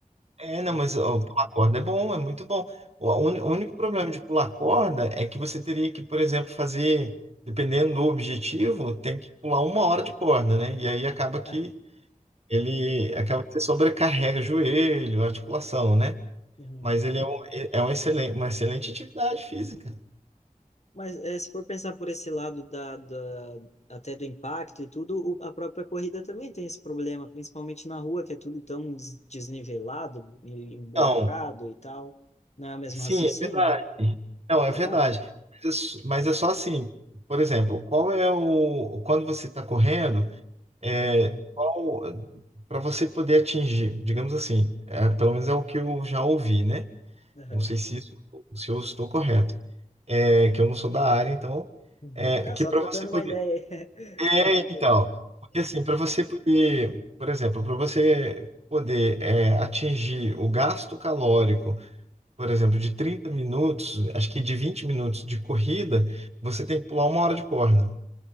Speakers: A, on the right; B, on the left.
A: É, não,
B: É
A: mas
B: o que tem.
A: ó, pular corda é bom, é muito bom. O, a uni- o único problema de pular corda é que você teria que, por exemplo, fazer, dependendo do objetivo, tem que pular uma hora de corda, né? E aí acaba que
B: Aham.
A: ele acaba que você sobrecarrega joelho, articulação, né?
B: Uhum.
A: Mas ele é, um, é um excelente, uma excelente atividade física.
B: Mas eh, se for pensar por esse lado da, da- até do impacto e tudo, o- a própria corrida também tem esse problema, principalmente na rua, que é tudo tão des- desnivelado, e emburacado
A: Então,
B: e tal. Não é o mesmo
A: Sim,
B: raciocínio?
A: é verdade. Não, é
B: Será?
A: verdade. Mas é, s- mas é só assim. Por exemplo, qual é o. Quando você está correndo, é,
B: Uhum.
A: qual. Para você poder atingir, digamos assim, é, pelo menos é o que eu já ouvi, né?
B: Aham.
A: Não sei se, isso, se eu estou correto. É, que eu não sou da área, então.
B: Uhum.
A: É,
B: É,
A: que
B: só
A: para
B: trocando
A: você poder.
B: uma ideia.
A: É,
B: aí.
A: então. Porque assim, para você poder. Por exemplo, para você poder é, atingir o gasto calórico por exemplo, de 30 minutos, acho que de 20 minutos de corrida, você tem que pular uma hora de corda.